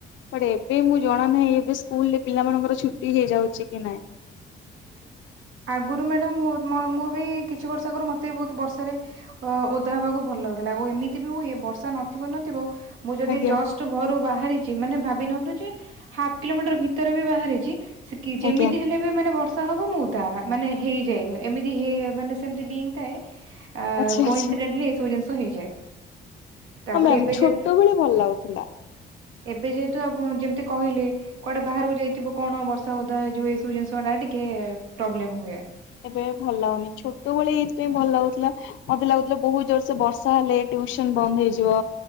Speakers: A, on the left; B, on the right.
A: ବଟ ଏବେ ମୁଁ ଜଣା ନାହିଁ ଏବେ ସ୍କୁଲରେ ପିଲାମାନଙ୍କର ଛୁଟି ହେଇଯାଉଛି କି ନାଇଁ।
B: <unintelligible> ଆଗରୁ ମ୍ୟାଡାମ ମୁଁ ମ ମୁଁ ବି କିଛି ବର୍ଷ ଆଗରୁ ମତେ ବି ବହୁତ ବର୍ଷାରେ ଓଦା ହେବାକୁ ଭଲ ଲାଗୁଥିଲା ଏମିତି ହୁଏ ବର୍ଷା ନଥିବ ନଥିବ ମୁଁ ଯଦି
A: ଆଜ୍ଞା
B: ଜଷ୍ଟ ଘରୁ ବାହରିଚି ମାନେ ଭା ବିନିଅନ୍ତୁ ଯେ ହାପ୍ କିଲୋମିଟର ଭିତରେ ବି ବାହାରିଛି କି ଯେମିତି
A: ଆଜ୍ଞା
B: ହେଲେ ବି ମାନେ ବର୍ଷା ହବ ମୁଁ ତା ମାନେ ହେଇଯାଏ ଏମିତି ହେ ମାନେ ସେମତି ଲିଙ୍କ ଥାଏ ଆ
A: ଆଚ୍ଛା
B: କୋଇନସିଡେଣ୍ଟଲି
A: ଆଚ୍ଛା
B: ଏ ସବୁ ଜିନିଷ ହେଇଯାଏ ତାପରେ
A: ହଁ ମ୍ୟାାମ
B: ଏବେ
A: ଛୋଟ
B: ଯେ
A: ଭଳେ ଭଲ ଲାଗୁଥିଲା
B: ଏବେ ଯେହେତୁ ଯେମିତି କହିଲେ କୁଆଡେ ବାହାରକୁ ଯାଇଥିବ କଣ ବର୍ଷା ହଉା ଏଇ ଯଉ ଏଇବୁ ଜିନିଷ ଗଟାିକ ପ୍ରବ୍ଲେମ ହୁଏ
A: ଭଲ ଲାଗୁନି ଛୋଟ ଭଳି ଏଇଥିାଇ ଭଲ ଲାଗୁଥିଲା ମୋତେ ଲାଗୁଥିଲା ବହୁତ ଜୋର ସେ ବର୍ଷା ହେଲେ ଟୁସନ ବନ୍ଦ ହେଇଯିବ